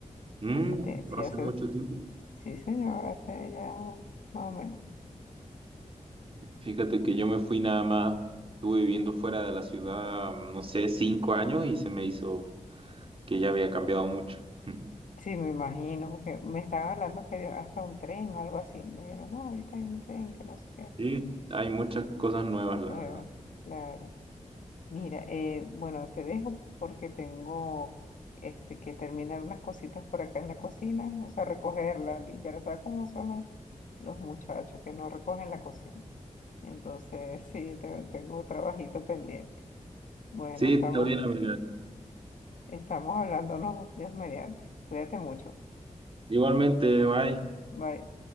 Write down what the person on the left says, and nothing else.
Hace, tie-
sí,
hace,
sí, señor, hace ya más o menos.
Sí, me imagino, porque me estaban hablando que había hasta un tren o algo así. Me dijeron, no, ahorita hay un tren que no sé qué.
Bueno,
claro. Mira, eh, bueno, te dejo porque tengo este, que terminar unas cositas por acá en la cocina, o sea, recogerla, limpiar, ¿sabes cómo son los, los muchachos que no recogen la cocina? Entonces, <laughs> sí, te- tengo un trabajito pendiente. Bueno,
estamos,
estamos hablándonos, Dios mediante. Cuídate mucho.
Bye.